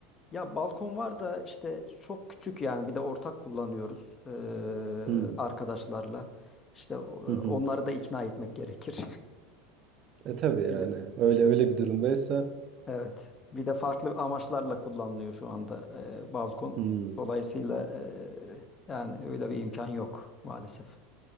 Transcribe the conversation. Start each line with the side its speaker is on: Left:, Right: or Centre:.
Left: Ya balkon var da işte çok küçük yani bir de ortak kullanıyoruz eee,
Right: Hı,
Left: arkadaşlarla. İşte o-
Right: hı hı.
Left: onları da ikna etmek gerekir.
Right: E tabii yani.
Left: <laughs> Bir de-
Right: Öyle öyle bir durumdaysa.
Left: Evet. Bir de farklı amaçlarla kullanılıyor şu anda eee, balkon.
Right: Hı,
Left: Dolayısıyla eee, yani öyle bir imkan yok maalesef.